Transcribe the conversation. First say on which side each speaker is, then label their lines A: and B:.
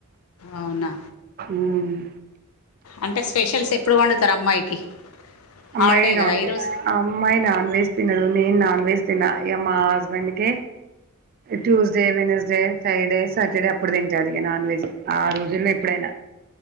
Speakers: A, on the left; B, on the right.
A: అవునా
B: ఊమ్
A: అంటే స్పెషల్స్ ఎప్పుడు వండుతరు అమ్మాయికి హాలిడే
B: అమ్మాయినా
A: కదా
B: నాన్
A: ఈరోజు
B: అమ్మాయి నాన్ వెెజ్ తినదు నేను నాన్ వెెజ్ తిన ఇగ మా హస్బెండ్కే ట్యూస్డే వెనస్డే ఫ్రైడే సాటర్డే అప్పుడు తింటాడిగా నాన్ వెజ్ ఆ రోజుల్లో ఎప్పుడైనా